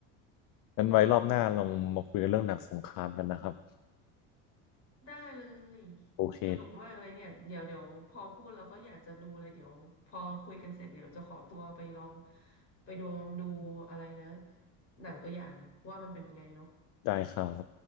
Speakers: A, on the left; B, on the left.
A: งั้นไว้รอบหน้าเรามาคุยกันเรื่องหนังสงครามกันนะครับ
B: ได้เลย
A: โอเค
B: สนุกมากเลยเนี่ยเดี๋ยวเดี๋ยวพอพูดแล้วก็อยากจะดูเลยเดี๋ยวพอคุยกันเสร็จเดี๋ยวจะขอตัวไปลองไปดองดูอะไรนะหนังตัวอย่างว่ามันเป็นไงเนาะ
A: ได้ครับ